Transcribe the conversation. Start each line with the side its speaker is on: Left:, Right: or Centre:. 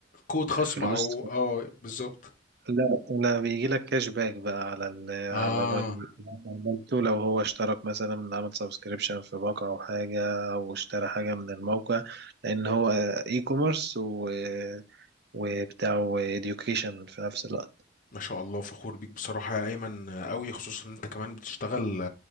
Left: كود خصم
Right: فلوس
Left: او اه بالظبط
Right: لا لا بيجي لك كاش باك بقى على ال
Left: اه
Right: على ال- اللي عملته لو هو اشترك مثلا عمل سبسكريبشن في باقة او حاجة او اشترى حاجة من الموقع لان هو اي كوميرس و وبتاع education في نفس الوقت
Left: ما شاء الله فخور بيك بصراحة يا أيمن قوي خصوصا إن أنت كمان بتشتغل